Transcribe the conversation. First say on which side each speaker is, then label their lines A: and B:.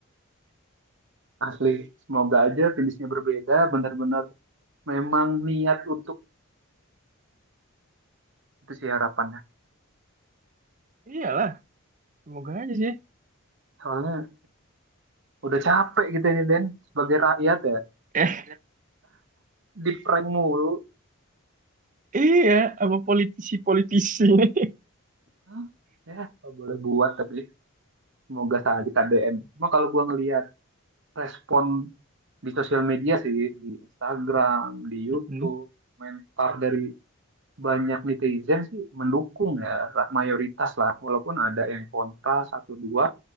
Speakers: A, on the right; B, on the right.
A: asli semoga aja finishnya berbeda bener-bener memang niat untuk itu sih harapannya
B: <laughs> iyalah semoga aja sih
A: soalnya udah capek gitu ini Den sebagai rakyat ya
B: <laughs> eh
A: di prank mulu
B: iya sama politisi-politisi <laughs>
A: Hah? ya nggak boleh buat tapi semoga salah di KDM cuma kalau gua ngelihat respon di sosial media sih di Instagram di YouTube
B: Mm-mm.
A: komentar dari banyak netizen sih mendukung ya ra- mayoritas lah walaupun ada yang kontra satu dua